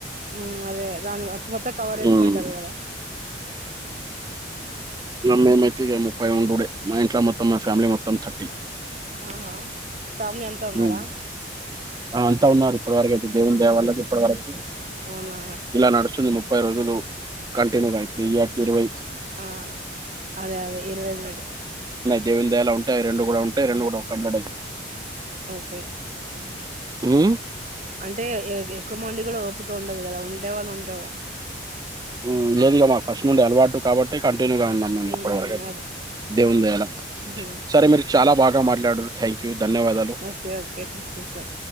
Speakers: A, on the right; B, on the right.
A: ఉమ్ అదే దాన్ మొత్తం కవర్
B: హ్మ్.
A: ఏసుకుంటరు కదా
B: మేమైతే ఇగ ముప్పై ఉండుడే మా ఇంట్లో మొత్తం మా ఫ్యామిలీ మొత్తం థర్టీ
A: ఆహా ఫ్యామిలీ అంతా ఉన్నారా
B: ఉమ్ అంతా ఉన్నరు ఇప్పటివరకై దేవున్ దయా వల్ల ఇప్పడ్ వరకి
A: అవునా
B: ఇలా నడుసుందేమో ముప్పై రోజులు కంటిన్యూగాన్ వేయ్ ఆట్ కి ఇరవై
A: ఆ అదే అదే ఇరవైమే డే
B: దేవున్ దయాలా ఉంటయ్ రెండు గుడా ఉంటాయ్ రొండు గుడా కమ్ లా డైతే
A: పోయి
B: మ్మ్
A: అంటే ఎక్కువ మంది కూడా ఓపిక ఉండదు కదా ఉండే వాళ్ళు ఉంటారు
B: మ్మ్ లేదులే మాకు ఫస్ట్ నుండి అలవాటు కాబట్టి కట్ తేనుగ ఉన్నం మేము
A: మ్మ్
B: ఇప్పడ్ వరకైతే దేవున్ దయాల
A: అదే
B: సరే మీరు చాలా బాగా మాట్లాడుర్ థ్యాంక్ యూ ధన్యవాదాలు
A: okay okay sir yes sir